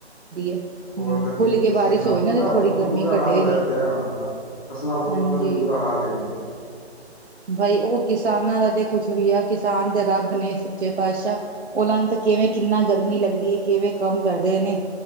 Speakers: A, on the right (about 80°); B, on the left (about 40°).
A: ਹੈ
B: ਹੋਰ
A: ਹਮ
B: ਗਰਮੀ
A: ਖੁੱਲ ਕੇ
B: ਪਸੀਨਾ
A: ਬਾਰਿਸ਼ ਹੋਏ ਨਾ
B: ਪੂਰਾ
A: ਤੇ ਥੋੜ੍ਹੀ
B: ਮਤਲਬ
A: ਗਰਮੀ
B: ਬੁਰਾ ਹਾਲ
A: ਘਟੇ
B: ਹੋਇਆ
A: ਵੀ
B: ਪਿਆ ਹੁਣ ਤਾਂ। ਫਸਲਾਂ-ਫੁਸਲਾਂ
A: ਹਾਂਜੀ
B: ਦਾ ਵੀ ਬੁਰਾ ਹਾਲ ਏ ਹੁਣ।
A: ਬਾਈ, ਉਹ ਕਿਸਾਨਾਂ ਦਾ ਤੇ ਕੁਛ ਵੀ ਆ ਕਿਸਾਨ ਤੇ ਰੱਬ ਆਪਣੇ ਸੱਚੇ ਪਾਤਸ਼ਾਹ, ਉਹਨਾਂ ਨੂੰ ਤਾਂ ਕਿਵੇਂ, ਕਿੰਨਾ ਗਰਮੀ ਲੱਗਦੀ ਹੈ, ਕਿਵੇਂ ਕੰਮ ਕਰਦੇ ਨੇ?